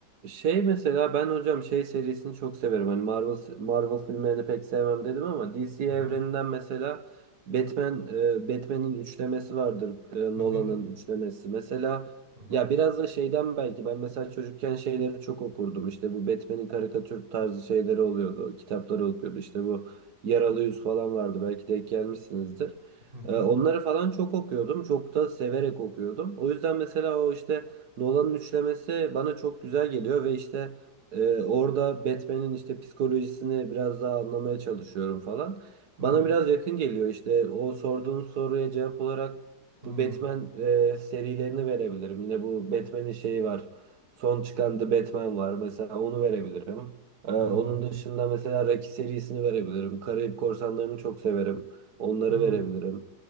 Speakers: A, on the right; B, on the right.
A: Şey mesela ben hocam şey serisini çok severim. Hani Marvel Marvel filmlerini pek sevmem dedim ama DC evreninden
B: Hı hı.
A: mesela Batman e, Batman'in üçlemesi vardır. e,
B: Hı hı.
A: Nolan'ın üçlemesi. Mesela
B: Hı hı.
A: ya biraz da şeyden belki ben mesela çocukken şeyleri çok okurdum. İşte bu Batman'in karikatür tarzı şeyleri oluyordu. Kitapları okuyordu. İşte bu Yaralı Yüz falan vardı. Belki denk gelmişsinizdir.
B: Hı hı.
A: E, Onları falan çok okuyordum. Çok da severek okuyordum. O yüzden mesela o işte Nolan'ın üçlemesi bana çok güzel geliyor ve işte e, orada Batman'in işte psikolojisini biraz daha anlamaya çalışıyorum falan.
B: Hı
A: Bana
B: hı.
A: biraz yakın geliyor işte o sorduğun soruya cevap olarak
B: Hı
A: bu Batman e, serilerini verebilirim. Yine bu Batman'in şeyi var. Son çıkan The Batman var. Mesela onu verebilirim. E, onun
B: hı.
A: dışında mesela Rocky serisini verebilirim. Karayip Korsanları'nı çok severim. Onları
B: Hı.
A: verebilirim.